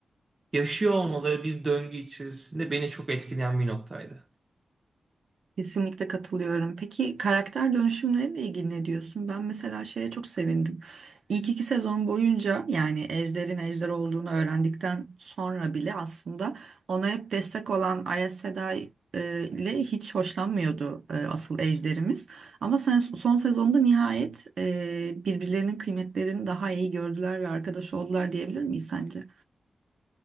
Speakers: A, on the right; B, on the right.
A: yaşıyor olmaları bir döngü içerisinde beni çok etkileyen bir noktaydı.
B: Kesinlikle katılıyorum. Peki karakter dönüşümleriyle ilgili ne diyorsun? Ben mesela şeye çok sevindim. İlk iki sezon boyunca yani Ejder'in Ejder olduğunu öğrendikten sonra bile aslında ona hep destek olan Aes Sedai e, ile hiç hoşlanmıyordu e, asıl Ejder'imiz. Ama sen, son sezonda nihayet e, birbirlerinin kıymetlerini daha iyi gördüler ve arkadaş oldular diyebilir miyiz sence?